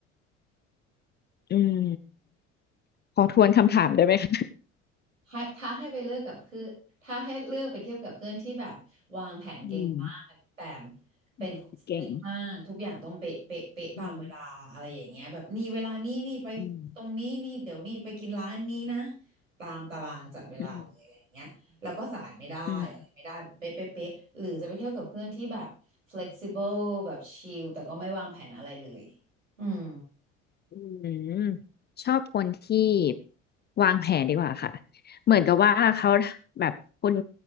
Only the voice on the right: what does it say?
ให้ถ้าให้ไปเลือกกับคือถ้าให้เลือกไปเทียบกับเพื่อนที่แบบวางแผนเก่งมากแต่
เป็นสตริกมากทุกอย่างต้องเป๊ะเป๊ะเป๊ะตามเวลาอะไรอย่างเงี้ยแบบนี่เวลานี่นี่ไปตรงนี้นี่เดี๋ยวนี่ไปกินร้านนี้นะ
ตามตารางจัดเวลาเลยอะไรอย่างเงี้ยแล้วก็สายไม่ได้อะไรไม่ได้แบบเป๊ะเป๊ะเป๊ะหรือจะไปเที่ยวกับเพื่อนที่แบบ
flexible แบบชิลแต่ก็ไม่วางแผนอะไรเลยอืม